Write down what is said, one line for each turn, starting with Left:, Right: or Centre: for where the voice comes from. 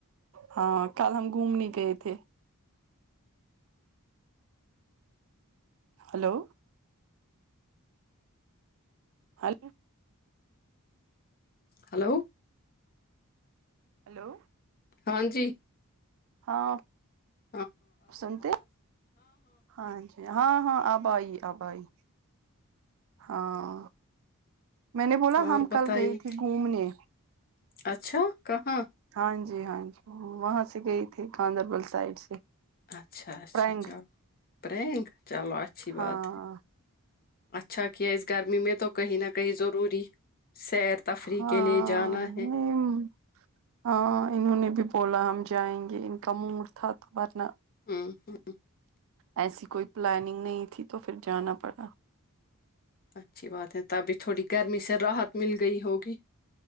Right: ہاں کل ہم گھومنے گئے تھے ہیلو ہیلو
Left: ہیلو
Right: ہیلو
Left: ہاں جی
Right: ہاں
Left: ناقابل سماعت
Right: سنتے ہاں جی ہاں ہاں آبائی آبائی ہاں میں نے بولا
Left: اور
Right: ہم
Left: بتائیے
Right: کل گئی تھی گھومنے
Left: اچھا کہاں
Right: ہاں جی ہاں جی وہاں سے گئی تھی گاندربل سائڈ سے
Left: اچھا اچھا
Right: پرینگ
Left: چلو پرینگ چلو اچھی بات
Right: ہاں
Left: ہے اچھا کیا اس گرمی میں تو کہیں نہ کہیں ضروری سیر تفریح
Right: ہاں
Left: کے لیے جانا ہے
Right: ہمم ہاں انہوں نے بھی بولا ہم جائیں گے ان کا موڈ تھا تو ھرنہ
Left: ہمم ہمم
Right: ایسی کوئی پلاننگ نہیں تھی تو پھر جانا پڑا
Left: اچھی بات ہے تبھی تھوڑی گرمی سے راحت مل گئی ہوگی